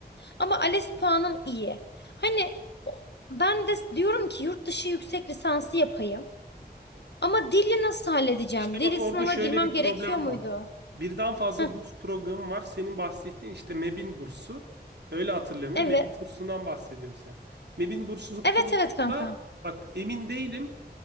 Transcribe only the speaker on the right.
İşte
bak orada
şöyle
bir
problem
var. Birden fazla
burs programı var. Senin bahsettiğin işte MEB'in bursu. Öyle hatırlıyorum
ya. MEB'in bursundan bahsediyorsun sen. MEB'in bursluluk
programı
da bak emin değilim.